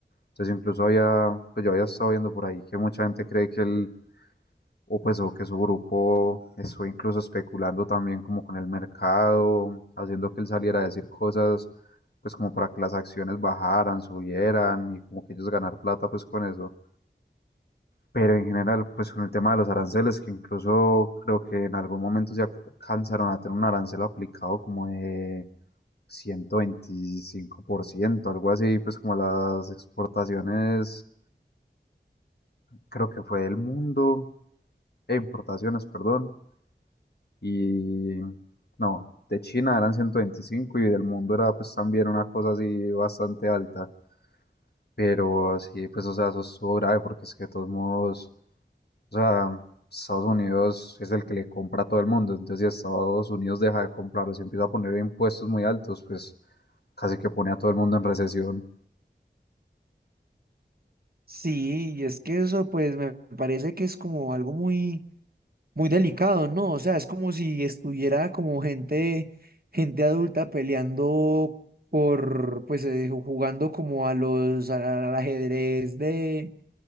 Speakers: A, on the left (about 60°); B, on the right (about 55°).
A: Entonces, incluso había, pues yo había estado viendo por ahí que mucha gente cree que él, o pues, o que su grupo estuvo incluso especulando también como con el mercado, haciendo que él saliera a decir cosas, pues como para que las acciones bajaran, subieran y como que ellos ganar plata pues con eso. Pero en general, pues con el tema de los aranceles, que incluso creo que en algún momento se alcanzaron a tener un arancel aplicado como de 125% algo así, pues como las exportaciones, creo que fue del mundo, e importaciones, perdón, y no, de China eran 125 y del mundo era pues también una cosa así bastante alta, pero sí, pues o sea, eso estuvo grave porque es que de todos modos, o sea, Estados Unidos es el que le compra a todo el mundo, entonces si Estados Unidos deja de comprarlos y empieza a poner impuestos muy altos, pues casi que pone a todo el mundo en recesión.
B: Sí, y es que eso pues me parece que es como algo muy muy delicado, ¿no? O sea, es como si estuviera como gente, gente adulta peleando por, pues, eh, ju- jugando como a los, a- al ajedrez de,